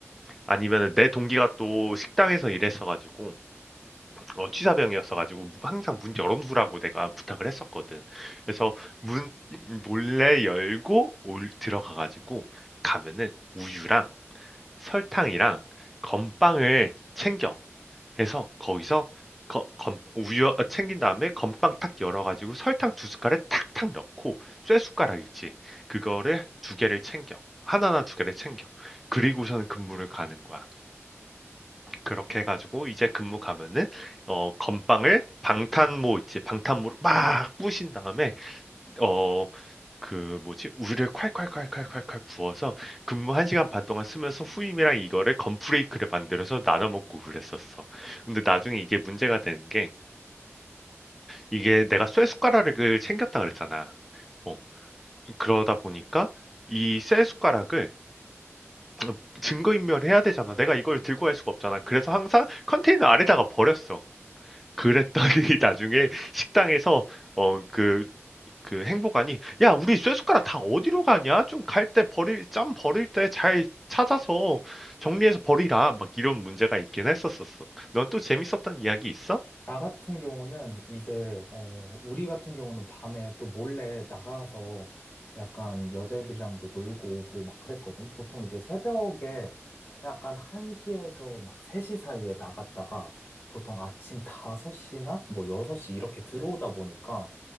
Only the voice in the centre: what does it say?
아니면 내 동기가 또 식당에서 일했어가지고 어, 취사병이었어가지고 항상 문 열어두라고 내가 부탁을 했었거든. 그래서 문 몰래 열고 올 들어가가지고 가면은 우유랑 설탕이랑 건빵을 챙겨. 해서 거기서 거- 건- 우유 어, 챙긴 다음에 건빵 탁 열어가지고 설탕 두 숟갈에 탁탁 넣고 쇠 숟가락 있지 그거를 두 개를 챙겨 하나나 두 개를 챙겨 그리고서는 근무를 가는 거야 그렇게 해가지고 이제 근무 가면은 어 건빵을 방탄모 있지 방탄모로 막 부신 다음에 어 그 뭐지? 우유를 콸콸콸콸콸콸 부어서 근무 한 시간 반 동안 쓰면서 후임이랑 이거를 건프레이크를 만들어서 나눠 먹고 그랬었어. 근데 나중에 이게 문제가 되는 게 이게 내가 쇠 숟가락을 챙겼다 그랬잖아. 어, 그러다 보니까 이 쇠 숟가락을 <clears throat> 증거인멸해야 되잖아. 내가 이걸 들고 갈 수가 없잖아. 그래서 항상 컨테이너 아래다가 버렸어. 그랬더니 <laughs> 나중에 식당에서 어, 그 그 행복하니 야 우리 쇠숟가락 다 어디로 가냐 좀 갈 때 버릴 짬 버릴 때 잘 찾아서 정리해서 버리라 막 이런 문제가 있긴 했었었어 넌 또 재밌었던 이야기 있어?